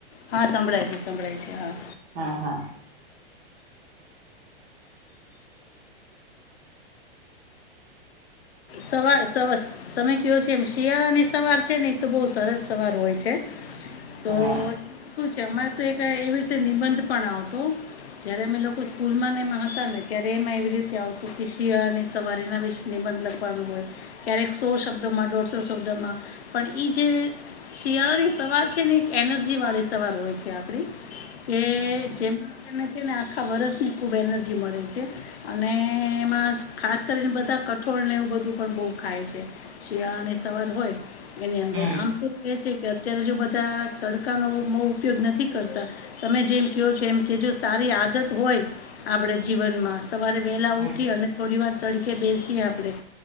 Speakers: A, on the left; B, on the right.
A: હા, સંભળાય છે સંભળાય છે હા.
B: હા હા..
A: સવારે સ તમે કયો છો, એમ શિયાળાની સવાર છે. ને એ તો બહું સરસ સવાર હોય છે. તો
B: હા
A: શું છે, અમારે તો એક એવી રીતે નિબંધ પણ આવતો. જયારે અમે લોકો સ્કૂલ માં એમાં હતા. ને ત્યારે એમાં એવી રીતે આવતું કે શિયાળા ની સવારીના વિશે મતલબ હોય, ક્યારેક સો શબ્દોમાં દોઢસો શબ્દોમાં પણ ઈ જે શિયાળાની સવાર છે. ને એક એનર્જી વાળી સવાર હોય છે આપણી. કે જેમ છે ને. ને આખા વર્ષની ખૂબ એનર્જી મળે છે. અને એમાં ખાસ કરીને બધા કઠોળને એવું બધું પણ બહું ખાય છે. શિયાળાની સવાર હોય એની અંદર
B: હમ
A: આમ તો. કે છે, કે અત્યારે જો બધા તડકા નો બહુ ઉપયોગ નથી કરતા. તમે જેમ ક્યો છો, એમ કેજો સારી આદત હોય આપણે જીવનમાં. સવારે વેલા
B: હમ
A: ઉઠી અને થોડી વાર તડકે બેસીએ આપણેે.